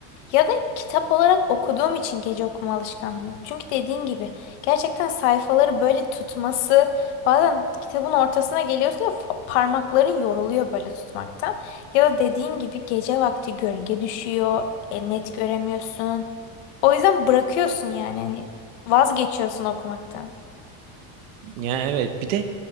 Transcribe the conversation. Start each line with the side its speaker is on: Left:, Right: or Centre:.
Left: Ya da kitap olarak okuduğum için gece okuma alışkanlığım yok. Çünkü dediğin gibi gerçekten sayfaları böyle tutması bazen kitabın ortasına geliyorsun ya fa- parmakların yoruluyor böyle tutmaktan. Ya da dediğin gibi gece vakti gölge düşüyor, e, net göremiyorsun. O yüzden bırakıyorsun yani hani vazgeçiyorsun okumaktan.
Right: Ya evet. Bir de